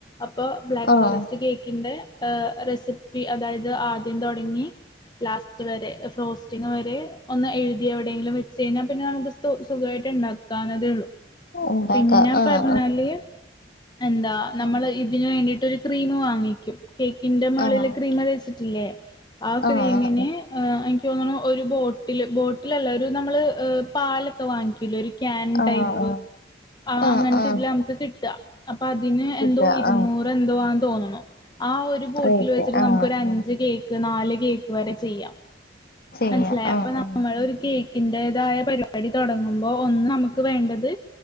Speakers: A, on the left (about 20°); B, on the left (about 50°).
A: അപ്പൊ ബ്ലാക്ക്
B: ആഹ്
A: ഫോറസ്റ്റ് കേക്കിന്റെ ആ റെസിപ്പി അതായത് ആദ്യം തൊടങ്ങി ലാസ്റ്റ് വരെ ഫ്രോസ്റ്റിങ് വരെ ഒന്ന് എഴുതി എവിടെയെങ്കിലും വെച്ചഴിഞ്ഞാ പിന്നെ നമുക്ക് സുഖായിട്ട് ഇണ്ടാക്കാവുന്നതേ ഉള്ളു
B: ഉണ്ടാക്കാം
A: പിന്നെ
B: ആഹ്
A: പറഞ്ഞാല് എന്താ നമ്മള്
B: ആഹ്
A: ഇതിന് വേണ്ടിയിട്ടൊര് ക്രീം വാങ്ങിക്കും കേക്കിന്റെ മേളില്
B: ആഹ്
A: ക്രീമ് തേച്ച് ഇല്ലേ അ ക്രീമിന്
B: ആഹ്
A: ആ അയ് തോന്ന്ണു ഒരു ബോട്ടില് ബോട്ടിലല്ല ഒരു നമ്മള് പാല് വാങ്ങിക്യുലെ ഒരു ക്യാൻ
B: ആഹ്
A: ടൈപ്പ്
B: ആഹ്
A: ആ
B: ആഹ്
A: അങ്ങനത്തെ
B: ആഹ്
A: ഇതില നമുക്ക് കിട്ടാ അപ്പ അതിന്
B: കിട്ടുക
A: എന്തോ ഇരുന്നൂറ്
B: ആഹ്
A: എന്തോ ആ തോന്നുണു ആ ഒരു ബോട്ടിൽ
B: റേറ്റ്
A: വെച്ചിട്ട്
B: ആഹ്
A: നമുകൊരഞ്ച്
B: ആഹ്
A: കേക്ക് ത് നാല് കേക്ക് വരെ ചെയ്യാം
B: ചെയ്യാം
A: മനസ്സിലായ
B: ആഹ്
A: അപ്പൊ നമ്മളൊരു
B: ആഹ്
A: കേ കിന്റേതായ പരിപാടി തുടങ്ങുമ്പോ ഒന്ന് നമ്മക്ക് വേണ്ടത്